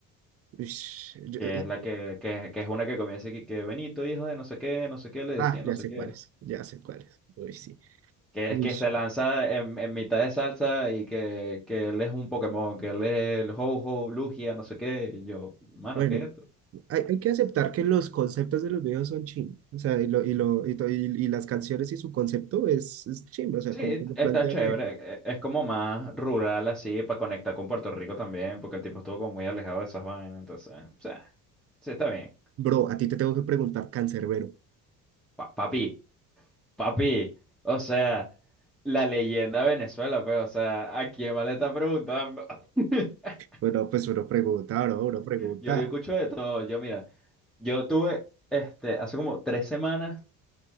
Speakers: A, on the right; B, in the centre.
A: Ush, yo-
B: que
A: es-
B: es la que, que, que es una que comienza aquí, que Benito, hijo de no sé qué, no sé qué, le
A: Ah,
B: decía, no
A: ya
B: sé
A: sé
B: qué.
A: cuáles, ya sé cuáles. Uy, sí.
B: Que
A: Uy,
B: es que
A: sí.
B: se lanza en, en mitad de salsa y que, que él es un Pokémon, que él es el Ho-Ho, Lugia, no sé qué. Y yo, mano,
A: bueno,
B: ¿qué es esto?
A: hay, hay que aceptar que los conceptos de los videos son ching. O sea, y, lo, y, lo, y, to- y- y las canciones y su concepto es, es chimba, o sea,
B: Sí,
A: como que lo
B: está
A: plantea
B: chévere.
A: bien.
B: e- Es como más rural así, para conectar con Puerto Rico también, porque el tipo estuvo como muy alejado de esas vainas. Entonces, o sea, sí, está bien.
A: Bro, a ti te tengo que preguntar, cancerbero.
B: Pa- papi, papi. O sea, la leyenda de Venezuela, pues, o sea, ¿a quién más le está preguntando? <laughs>
A: Bueno, pues uno pregunta, bro, uno pregunta.
B: Yo, yo escucho de todo. Yo, mira, yo tuve, este, hace como tres semanas.